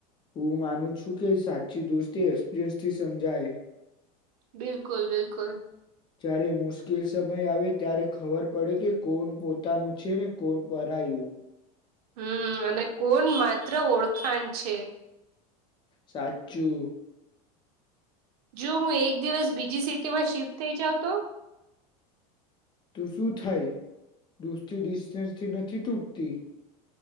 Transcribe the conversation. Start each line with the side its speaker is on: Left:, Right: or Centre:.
Left: હું માનું છું, કે સાચી દોસ્તી એક્સપિરિયન્સ થી સમજાય
Right: બિલકુલ બિલકુલ.
Left: જારે મુશ્કેલ સમય આવે ત્યારે ખબર પડે કે કોણ પોતાનું છે, ને કોણ પરાયું
Right: હમ અને કોણ માત્ર ઓળખાણ છે,
Left: સાચું
Right: જો હું એક દિવસ બીજી સિટીમાં શિફ્ટ થઇ જાઉં તો
Left: તો શું થાય દુસ્તી ડિસ્ટન્સથી નથી તૂટતી.